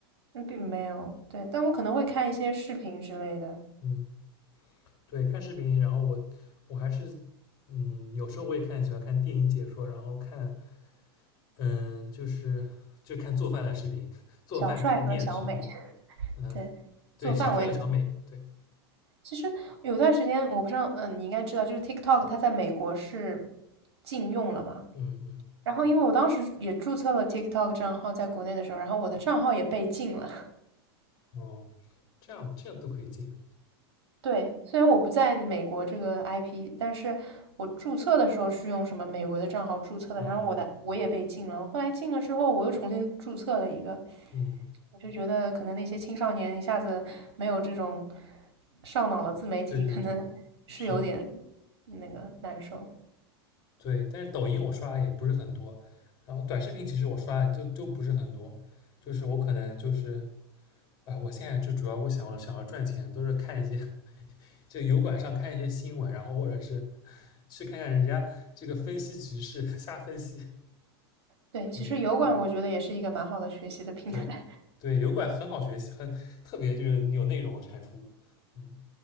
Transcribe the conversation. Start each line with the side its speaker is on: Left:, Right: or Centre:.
Right: 嗯并没有对，但我可能会看一些视频之类的，
Left: 嗯，对，看视频，然后我我还是嗯，有时候我也看喜欢看电影解说，然后看嗯，就是就看做饭的视频，<laughs> 做饭探店的视频。
Right: 小帅和小美，
Left: 嗯，
Right: 对，
Left: 对，
Right: 做饭我也挺
Left: 小帅和小美，对，
Right: 其实有段时间，我不知道，嗯，你应该知道，就是 TikTok 它在美国是禁用了嘛。
Left: 嗯嗯，
Right: 然后因为我当时也注册了 TikTok 账号在国内的时候，然后我的账号也被禁了。
Left: 哦，这样这样都可以进啊。
Right: <laughs> 对，虽然我不在美国这个 IP，但是我注册的时候是用什么美国的账号注册的，
Left: 哦，
Right: 然后我的我也被禁了。后来禁了之后，我又重新注册了一个，
Left: 嗯，
Right: 我就觉得可能那些青少年一下子没有这种上脑的自媒体，
Left: 对对对，
Right: 可能是有点
Left: 是的。
Right: 那个难受。
Left: 对，但是抖音我刷的也不是很多，然后短视频其实我刷的就就不是很多，就是我可能就是，哎，我现在就主要我想想要赚钱，都是看一些就油管上看一些新闻，然后或者是去看看人家这个分析局势，<laughs> 瞎分析。
Right: 对，其实油管我觉得也是一个蛮好的学习的平台。
Left: 嗯，对对，
Right: <laughs>
Left: 油管很好学习，很特别就是有内容产出。嗯